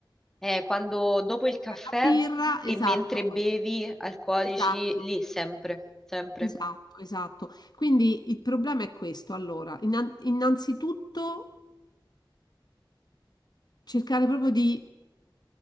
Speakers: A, in the centre; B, on the left.
A: Eh, quando dopo il caffè
B: fai una birra,
A: e
B: esatto,
A: mentre bevi alcolici,
B: esatto,
A: lì sempre, sempre.
B: esatto, esatto. Quindi il problema è questo. Allora, innan- innanzitutto cercare proprio di